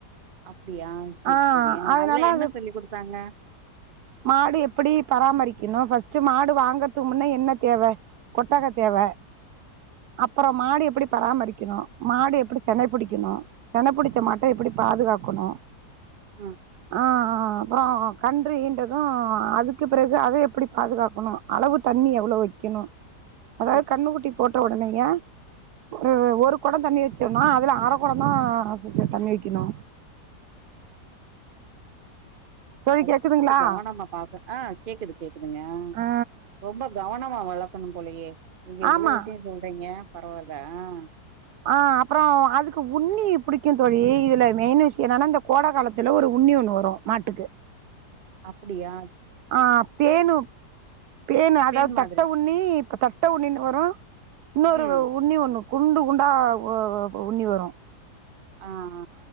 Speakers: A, on the right; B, on the right.
A: அப்டியா செரி
B: ஆஹ்
A: செரி ஆ
B: அதனால
A: அதுல என்ன
B: அது
A: சொல்லி் குடுத்தாங்க?
B: மாடு எப்படி பராமரிக்கணு ஃபஸ் ட் மாடு வாங்கறதுக்கு முன்ன என்ன தேவை கொட்டாக தேவை அப்புறம் மாடு எப்படி பராமரிக்கணு மாடு எப்படி செனை புடிக்கணு சென புடிச்ச
A: ம்
B: மாட்டை எப்படி பாதுகாக்கணு
A: ம்
B: ஆஹ் அப்புறம் கன்று ஈண்டது அதுக்கு பிறகு அத எப்படி பாதுகாக்கணு அளவு தண்ணி எவ்வளவு வைக்கணு அதாவது
A: ம்
B: கண்ணு குட்டி போட்ட உடனேங்க ஒரு ஒரு கொட தண்ணி வச்சோன்ன அதுல அர குடந்தா தண்ணி வைக்கணு தோழி
A: அ ரொம்ப
B: கேக்குதுங்களா
A: கவனமா பாக்கனு ஆஹ் கேக்குது கேக்குதுங்க
B: ஆ
A: ரொம்ப கவனமா வள க்கணும் போலயே நீங்க இவ்வளவு
B: ஆமா
A: விஷய சொல்றீங்க. பரவால்ல அ
B: ஆஹ் அப்புறம் அதுக்கு உன்னி புடிக்குந் தோழி இதுல மெயின் விஷய என்னன்னா இந்த கோட காலத்துல ஒரு உன்னி ஒண்ணு வரு மாட்டுக்கு
A: அப்படியா
B: ஆஹ் பேனு பேனு அதாவது
A: பேன் மாதிரி
B: தட்ட உண்ணி இப்ப தட்ட உண்ணின்னு வரு இன்னொரு
A: ம்
B: உண்ணி ஒண்ணு குண்டு குண்டா உ உண்ணி வரு
A: ஆஹ்